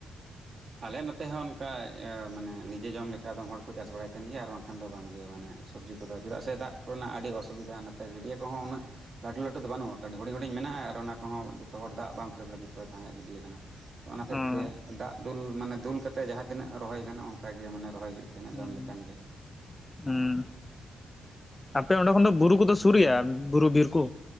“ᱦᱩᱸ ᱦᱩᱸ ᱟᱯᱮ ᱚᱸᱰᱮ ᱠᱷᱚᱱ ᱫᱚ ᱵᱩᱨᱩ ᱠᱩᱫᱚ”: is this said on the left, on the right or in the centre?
Left